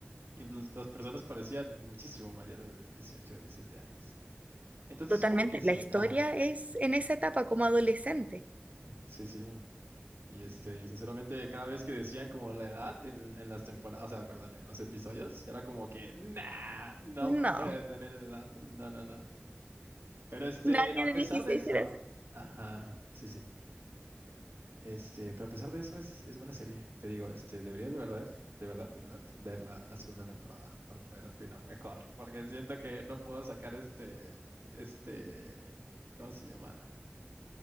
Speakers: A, on the right; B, on the right.
A: y los- las personas parecían muchísimo mayores de 18 o 17 años. Entonces
B: Totalmente.
A: supongo que sí,
B: La historia
A: ajá,
B: es en esa etapa como adolescente.
A: sí, sí. Y este, y sinceramente, cada vez que decían como la edad en, en las temporadas, o sea, perdón, en los episodios, era como que, nah, no
B: No,
A: puede tener esa edad. No, no, no. Pero este,
B: nadie
A: a
B: de
A: pesar
B: 16
A: de eso,
B: era así.
A: ajá, sí, sí. Este, pero a pesar de eso es, es buena serie. Te digo, este, deberías de verdad, de verdad, de verdad, ver la, la segunda temporada para poder opinar mejor. Porque siento que no puedo sacar este, este, ¿cómo se llama?